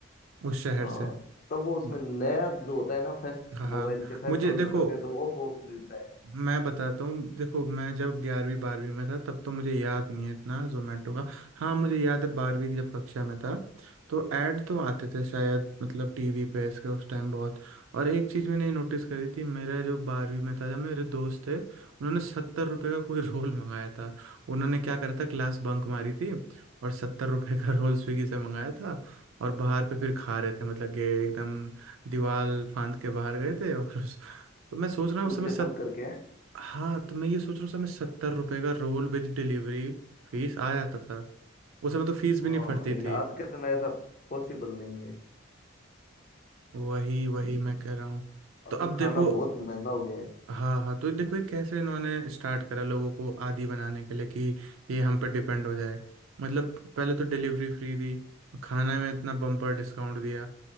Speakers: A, on the right (about 75°); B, on the left (about 40°).
A: उस शहर
B: हाँ
A: से
B: तब वो उसमें
A: ब-
B: नया जो होता है ना फर्स्ट
A: हाँ हाँ
B: मोबाइल से फर्स्ट
A: मुझे
B: ऑर्डर
A: देखो
B: करते हैं तो वो ऑफ ऑफ मिलता है
A: मैं बताता हूँ देखो मैं जब ग्यारहवीं बारहवीं में था तब तो मुझे याद नहीं है इतना जोमेटो का हाँ मुझे याद है बारहवीं की जब कक्षा में था तो ऐड तो आते थे शायद मतलब टीवी पे इसके उस टाइम बहुत और एक चीज़ मैंने नोटिस करी थी मेरे जो बारहवीं में था जब मेरे दोस्त थे उन्होंने सत्तर रुपये का कोई <laughs> रोल मंगाया था उन्होंने क्या करा था क्लास बंक मारी थी और सत्तर रुपये का रोल स्विगी से मंगाया था और बाहर पे फिर खा रहे थे मतलब कि एकदम दीवार फांद के बाहर गए थे और तो मैं सोच रहा
B: स्कूल
A: हूँ उस समय
B: से
A: सत
B: बंक करके हैं
A: हाँ तो मैं ये सोच रहा हूँ उस समय सत्तर रुपये का रोल विद डिलीवरी फीस आ जाता था उस समय तो फीस भी
B: हाँ
A: नहीं फटती
B: लेकिन
A: थी
B: आज के समय ऐसा पॉसिबल नहीं है
A: वही वही
B: बिल्कुल
A: मैं कह रहा हूँ
B: अभी
A: तो अब
B: खाना
A: देखो
B: बहुत महंगा हो गया है
A: हाँ हाँ तो देखो ये कैसे इन्होंने स्टार्ट करा लोगों को आदी बनाने के लिए कि ये हम पे डिपेंड हो जाए मतलब पहले तो डिलीवरी फ्री दी खाना में इतना बम्पर डिस्काउंट दिया